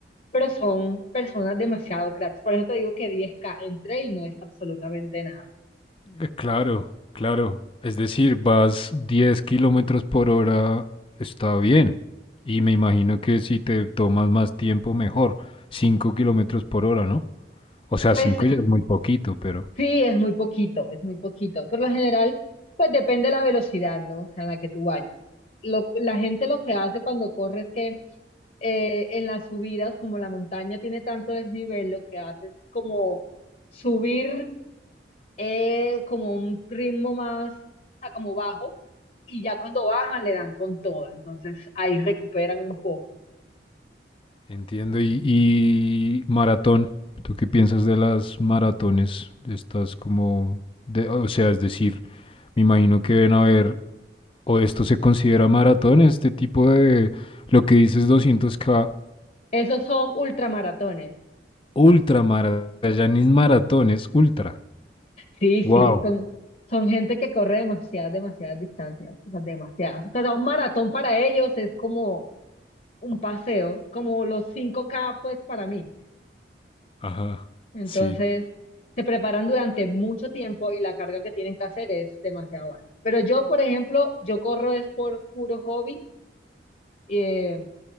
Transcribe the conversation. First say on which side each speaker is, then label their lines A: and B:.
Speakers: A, on the left (about 45°); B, on the left (about 30°).
A: Pero son personas demasiado cracks. Por eso te digo que 10K en trail no es absolutamente nada.
B: Eh, Claro, claro. Es decir, vas 10 kilómetros por hora, está bien. Y me imagino que si te tomas más tiempo, mejor. 5 kilómetros por hora, ¿no? O sea,
A: Pues
B: 5 ya es muy poquito, pero
A: Sí, es muy poquito, es muy poquito. Por lo general, pues depende de la velocidad, ¿no? O sea, en la que tú vayas. Lo- la gente lo que hace cuando corre es que eh, en las subidas, como la montaña tiene tanto desnivel, lo que hace es como subir eh, como un ritmo más, o sea, como bajo, y ya cuando bajan le dan con toda. Entonces ahí recuperan un poco.
B: entiendo. Y, y maratón, ¿tú qué piensas de las maratones? Estás como, de, o sea, es decir, me imagino que deben haber, o esto se considera maratón, este tipo de, lo que dices doscientos k
A: Esos son ultramaratones.
B: Ultramara Yanis maratones, ultra.
A: Sí, sí,
B: Wow.
A: son, son gente que corre demasiadas, demasiadas distancias, o sea, demasiadas. O sea, un maratón para ellos es como un paseo, como los cinco k pues para mí.
B: Ajá,
A: Entonces,
B: sí.
A: se preparan durante mucho tiempo y la carga que tienen que hacer es demasiado alta. Pero yo, por ejemplo, yo corro es por puro hobby, eh,